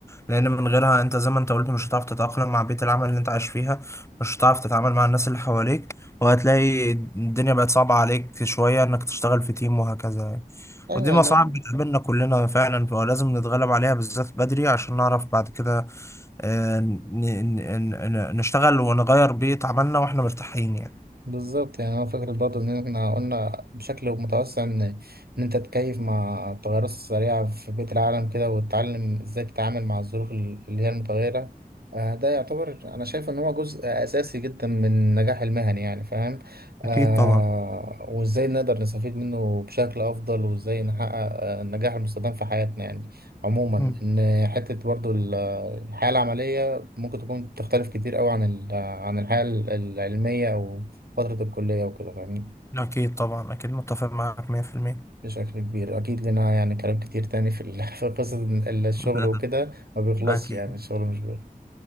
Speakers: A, on the left; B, on the right.
A: لأن من غيرها أنت زي ما أنت قلت مش هتعرف تتأقلم مع بيئة العمل اللي أنت عايش فيها مش هتعرف تتعامل مع الناس اللي حواليك وهتلاقي الدنيا بقت صعبة عليك شوية إنك تشتغل في تيم وهكذا يعني.
B: أيوة
A: ودي
B: يعني
A: مصاعب بتقابلنا كلنا فعلا فلازم نتغلب عليها بالذات بدري عشان نعرف بعد كده آه، ن- ن- ن- نشتغل ونغير بيئة عملنا واحنا مرتاحين يعني
B: بالظبط يعني هو فكرة برضه إن إحنا قلنا بشكل متوسع إن إن أنت تتكيف مع التغيرات السريعة في بيئة العالم كده وتتعلم إزاي تتعامل مع الظروف ال- اللي هي المتغيرة آه، ده يعتبر أنا شايف إن هو جزء أساسي جدا من نجاح المهني يعني فاهم آه
A: أكيد طبعا
B: وإزاي نقدر نستفيد منه بشكل أفضل وإزاي نحقق آه، النجاح المستدام في حياتنا يعني عموما
A: مم.
B: إن حتة برضه ال- الحياة العملية ممكن تكون تختلف كتير أوي عن ال- عن الحياة العلمية أو فترة الكلية وكده فاهمني
A: أكيد طبعا أكيد متفق معاك 100%
B: بشكل كبير أكيد لنا يعني كلام كتير تاني في ال- <laughs> في قصة ال- الشغل
A: <laughs>
B: وكده ما بيخلصش
A: أكيد
B: يعني الشغل مش بيخلص